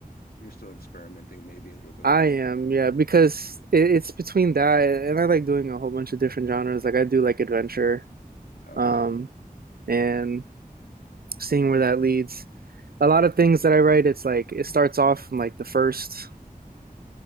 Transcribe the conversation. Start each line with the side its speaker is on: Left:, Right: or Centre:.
Left: you're still experimenting maybe a little bit
Right: I
Left: with different?
Right: am, yeah, because
Left: Okay.
Right: it, it's between that and I like doing a whole bunch of different genres. Like I do like adventure,
Left: Okay.
Right: um, and seeing where that leads. A lot of things that I write, it's like it starts off from like the first